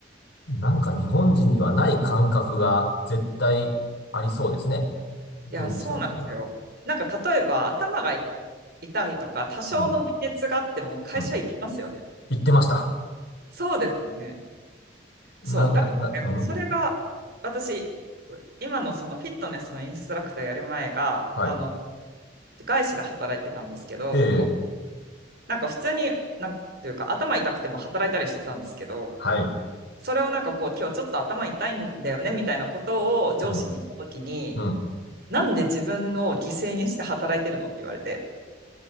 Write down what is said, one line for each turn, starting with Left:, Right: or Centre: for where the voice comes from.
Left: なんか日本人にはない感覚が絶対ありそうですね。
Right: いや、
Left: 現地の人には。
Right: そうなんですよ。なんか例えば頭がい痛いとか、多少の微熱があっても会社行きますよね。
Left: うん。うん。言ってました。
Right: そうですよね。
Left: <laughs> なんだ、
Right: そう。だからやっぱそれが私、
Left: な、うん
Right: 今のそのフィットネスのインストラクターやる前が、
Left: はい。
Right: あの、外資で働いてたんですけど、
Left: ええ、
Right: なんか普通に、なんていうか頭痛くても働いたりしてたんですけど、
Left: はい。
Right: それをなんかこう、今日ちょっと頭痛いんだよねみたいなことを上司に言ったときに、
Left: うん、うん。
Right: なんで自分を犠牲にして働いてるのって言われて。